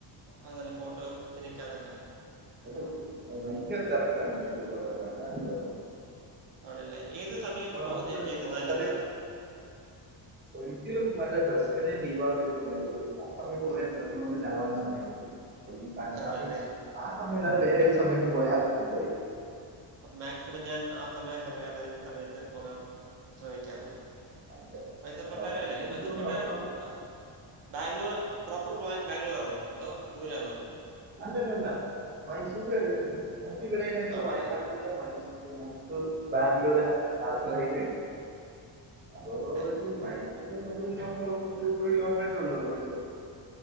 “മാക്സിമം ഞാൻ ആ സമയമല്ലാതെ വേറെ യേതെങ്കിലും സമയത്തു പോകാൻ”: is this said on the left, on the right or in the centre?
Right